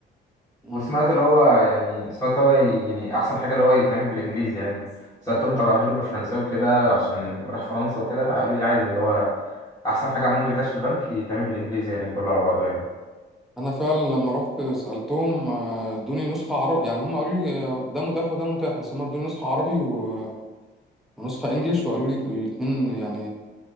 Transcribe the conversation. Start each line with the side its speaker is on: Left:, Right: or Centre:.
Centre: امم
Left: وسمعت اللي هو يعني سمعت اللي هو ي- يعني احسن حاجه اللي هو يتعمل بالانجليزي يعني سالتهم طب اعمله بالفرنساوي وكده عشان راح فرنسا وكده لا قالوا لي عادي اللي هو احسن حاجه عموما لكاش البنك يتعمل بالانجليزي يعني كله على بعضه يعني
Centre: أنا فعلا لما رحت سألتهم آه، ادوني نسخة عربي يعني هم قالوا لي آه، ده متاح وده متاح بس هم ادوني نسخة عربي و... ونسخة انجليش وقالوا لي الاتنين يعني